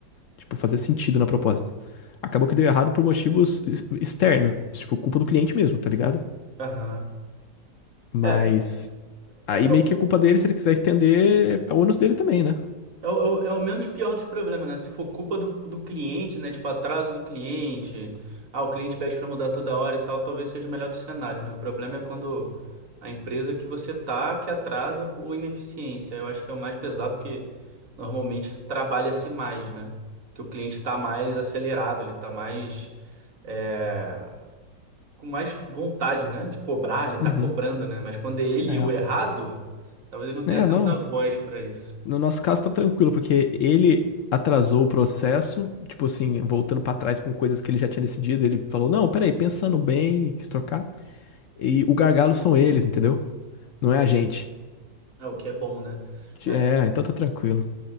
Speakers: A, on the left (about 75°); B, on the right (about 50°).
A: Tipo, fazer sentido na proposta. Acabou que deu errado por motivos ex- externos, tipo, culpa do cliente mesmo, tá ligado?
B: Aham.
A: Mas
B: É,
A: aí
B: é,
A: meio que é culpa dele, se ele quiser estender, é o ônus dele também, né?
B: É o, é o é o menos pior dos problemas, né? Se for culpa do, do cliente, né? Tipo, atraso do cliente, ah, o cliente pede para mudar toda hora e tal, talvez seja o melhor dos cenários, né? O problema é quando a empresa que você tá que atrasa por ineficiência. Eu acho que é o mais pesado, porque normalmente trabalha-se mais, né? Que o cliente está mais acelerado, ele está mais, é, com mais vontade, né? De cobrar, ele está
A: Uhum.
B: cobrando, né? Mas quando é ele
A: É.
B: o errado, talvez ele não tenha
A: É,
B: tanta
A: não.
B: voz para isso.
A: No nosso caso tá tranquilo, porque ele atrasou o processo, tipo assim, voltando pra trás com coisas que ele já tinha decidido, ele falou: "Não, peraí, pensando bem, e quis trocar". E o gargalo são eles, entendeu? Não é a gente.
B: É o que é bom, né? É,
A: É, então tá tranquilo.